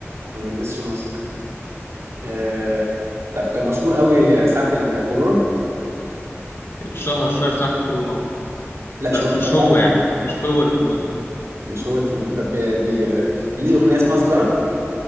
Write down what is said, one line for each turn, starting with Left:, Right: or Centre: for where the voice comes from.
Right: ما بيلبسش ماسك آه طب كان مشهور قوي ساعة الكورونا
Left: اتشهر شوية ساعة الكورونا اه
Right: لا شوية
Left: بس مش
Right: بقى
Left: هو يعني مش هو اللي في دماغك
Right: مش هو اللي في الم- طب بي... بي... ليه أغنية اسمها سجارة